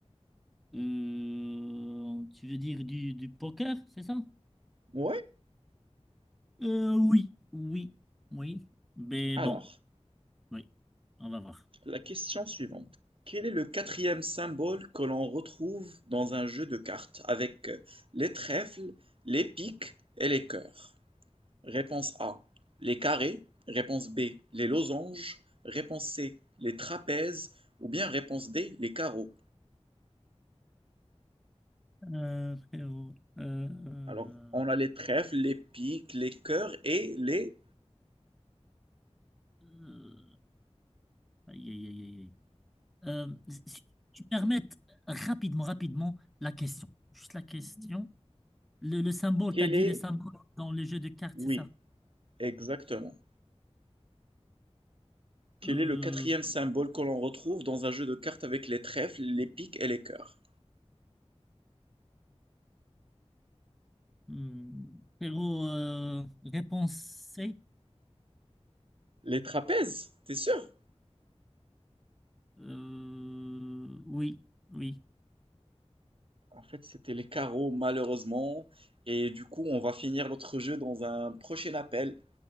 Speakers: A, in the centre; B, on the right.
A: Euh, tu veux dire du, du poker, c'est ça?
B: Ouais.
A: Euh, oui, oui, oui. Mais
B: Alors,
A: bon, oui, on va voir.
B: la question suivante. Quel est le quatrième symbole que l'on retrouve dans un jeu de cartes avec euh, les trèfles, les piques et les cœurs? Réponse A: les carrés, réponse B: les losanges, réponse C: les trapèzes ou bien réponse D: les carreaux.
A: Euh, frérot, euh,
B: Alors, on a les trèfles, les piques, les cœurs et les...
A: euh, aïe, aïe, aïe, aïe, aïe. Euh, si tu permettes rapidement, rapidement la question. Juste la question. Le, le symbole,
B: Quel
A: t'as dit
B: est...
A: les symboles dans les jeux de cartes,
B: Oui,
A: c'est ça?
B: exactement. Quel
A: Euh,
B: est le quatrième symbole que l'on retrouve dans un jeu de cartes avec les trèfles, les piques et les cœurs?
A: hmm, Pero, euh, réponse C.
B: Les trapèzes, t'es sûr?
A: Euh, oui, oui.
B: En fait, c'était les carreaux, malheureusement. Et du coup, on va finir notre jeu dans un prochain appel.